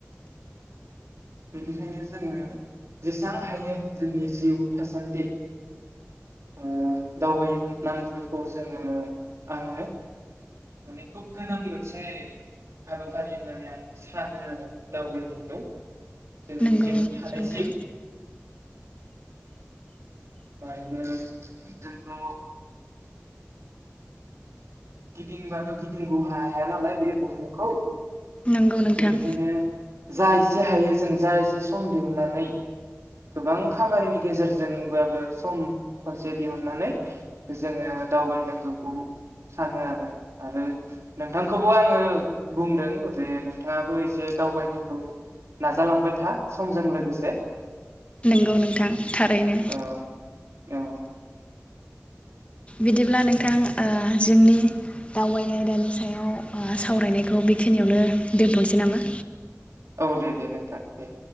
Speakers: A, on the right; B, on the left.
A: बेनिखायनो जोङो जेसां हायो जोंनि जिउ थासान्दि ओ दावबायनांगौखौ जोङो आङो माने खुब गोनां मोनसे हाबाफारि होननानै आं सानो आरो दावबायनायखौ जोंनि
B: नंगौ
A: जिउ थानायसिम।
B: नोंथां
A: जोंथ' ओ गिदिंबाबो गिदिंगौ हाया हाया नालाय बे बुहुमखौ
B: नंगौ नोंथां।
A: बेनिखायनो जा एसे हायो जों जा एसे सम दिहुननानै गोबां खामानिनि गेजेरजोंबाबो सम खनसे दिहुननानै जोङो दावबायनांगौखौ सानो आरो आरो नोंथांखौबो आङो बुंदों जे नोंथाङाबो एसे दावबायनायखौ नाजालांबाय था समजों लोगोसे
B: नंगौ नोंथां थारैनो
A: औ औ
B: बिदिब्ला नोंथां ओ जोंनि दावबायनाय दानि सायाव ओ सावरायनायखौ बेखिनियावनो दोनथ'सै नामा
A: औ दे दे नोंथां दे